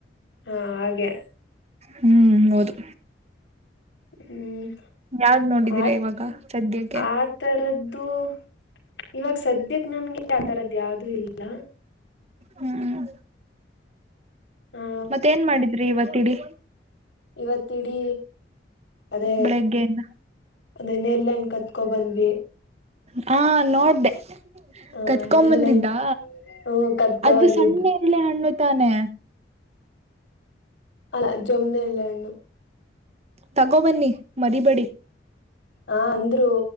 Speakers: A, on the left (about 85°); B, on the right (about 35°).
A: ಹಾ ಹಾಗೆ.
B: ಹ್ಮ್ ಹೌದು.
A: ಹ್ಮ್.
B: ಯಾವ್ದ್ ನೋಡಿದೀರಾ
A: ಆ
B: ಇವಾಗ ಸದ್ಯಕ್ಕೆ.
A: ಆ ತರದ್ದು ಇವಾಗ ಸದ್ಯಕ್ ನನ್ಗೆ ಆತರದ. ಯಾವ್ದೂ ಇಲ್ಲ.
B: ಹ್ಮ್.
A: ಆ
B: ಮತ್ತೆ ಏನ್ ಮಾಡಿದ್ರಿ ಇವತ್ತ ಇಡೀ.
A: ಇವತ್ತ ಇಡೀ ಅದೇ
B: ಬೆಳಗ್ಗೆಯಿಂದ
A: ಅದೇ ನೆರ್ಲೆಹನ್ ಕತ್ಕೊಬಂದ. ವೆ. <inaudible>
B: ಹಾ ನೋಡ್ದೆ.
A: ಆ
B: ಕತ್ಕೊಂಬಂದಿದ್ದಾ
A: ನೇರ್ಲೆಹಣ್ ಹ್ಮ್ ಕತ್ಕೊ
B: ಅದು
A: ಬಂದಿದ್ದು
B: ಸಣ್ಣನೆರ್ಲೆ ಹಣ್ಣು. ತಾನೆ.
A: ಅಲ್ಲಾ ಜೊಮ್ಮನೆರ್ಲೆಹಣ್ಣು.
B: ತಗೋಬನ್ನಿ ಮರಿಬಡಿ.
A: ಹ ಅಂದ್ರು.